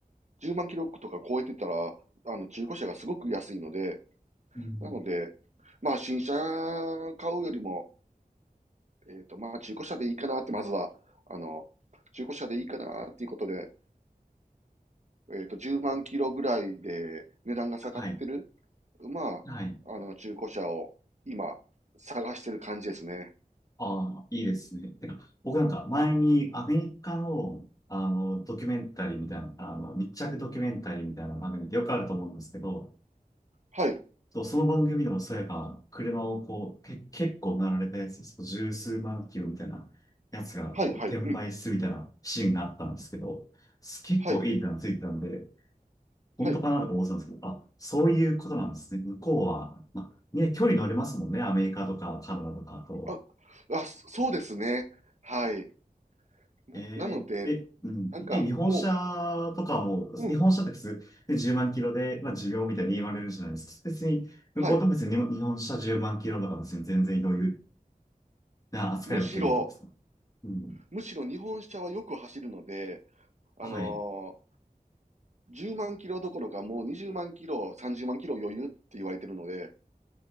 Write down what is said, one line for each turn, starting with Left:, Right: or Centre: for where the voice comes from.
Right: 10万キロとか超えてたら、あの、中古車がすごく安いので、
Left: うん。
Right: なので、まあ、新車買うよりも、えっと、まあ、中古車でいいかなって、まずは、あの、中古車でいいかなっていうことで、えっと、10万キロぐらいで値段が下がってる、
Left: はい。
Right: まあ、
Left: はい。
Right: あの、中古車を今、探してる感じですね。
Left: ああ、いいですね。てか僕なんか前にアメリカの、あの、ドキュメンタリーみたいな、あの、密着ドキュメンタリーみたいな番組ってよくあると思うんですけど、
Right: はい、
Left: そう、その番組でもそういえば、車をこう、け、結構なられたやつ、そう十数万キロみたいなやつがこう転売するみたいなシーンがあったんですけど、
Right: はい、はい、うん、
Left: す結構いい値段ついてたんで、
Right: はい、
Left: 本当かなとか思ってたんですけど、
Right: はい。
Left: あ、そういうことなんですね。向こうは、まあ、ね、距離乗れますもんね、アメリカとかカナダとかと。
Right: あ、あ、そそうですね。はい。な、
Left: えー、
Right: なので、
Left: え、うん。
Right: なんかも
Left: え、日本車とかも、
Right: う、
Left: 日本車って普通、
Right: うん、
Left: で10万キロで、まあ、寿命みたいに言われるじゃないですか。別に、向こうと別に日本車10万キロとか別に全然余裕
Right: はい。
Left: な扱いを受けるんですか
Right: むしろ、
Left: うん。
Right: むしろ日本車はよく走るので、あのー
Left: はい。
Right: 10万キロどころかもう20万キロ、30万キロ余裕って言われてるので、